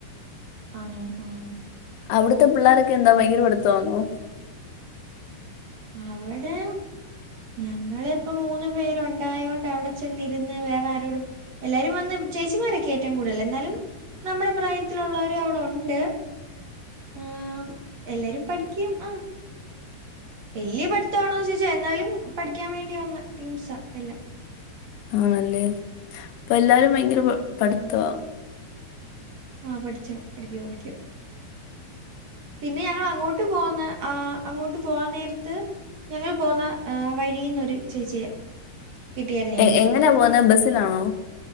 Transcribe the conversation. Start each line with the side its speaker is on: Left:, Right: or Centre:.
Right: ആന്നോ ആഹ്
Left: അവ്ടുത്തെ പിള്ളോരൊക്കെ എന്താ ഭയങ്കര പടുത്തമാന്നോ
Right: അവടെ ഞങ്ങള് പ്പ മൂന്നു പേരുണ്ടായോണ്ട് അവ്ടെ ചെന്നിരുന്ന് വേറാരോടും എല്ലാരും വന്ന് ചേച്ചിമാരൊക്കെ ഏറ്റം കൂട്തൽ ന്നാലും നമ്മടെ പ്രായത്തിലുള്ളോരു അവ്ടെ ഉണ്ട് ഉം എല്ലാരും പഠിക്ക ആ വല്ല്യ പട്ത്താണോ ചോയ്ച്ചാ എന്നാലും പട്ക്ക്യാൻ വേണ്ടി വന്ന ടീംസ എല്ലാം
Left: ആണല്ലേ അപ്പൊ എല്ലാരും ഭയങ്കര പഠിത്തവാ
Right: ആഹ് പട്ച്ചാ പടിക്ക പടിക്ക പിന്നെ ഞങ്ങൾ അങ്ങോട്ട് പോന്ന് ആ അങ്ങോട്ട് പോവാൻ നേരത്ത് ഞങ്ങള് പോന്ന വഴിന്നൊരു ചേച്ചിയെ കിട്ടിയായിരുന്നു ഞങ്ങൾക്ക്
Left: എ എങ്ങനാ പോന്നെ ബസ്സിലാണോ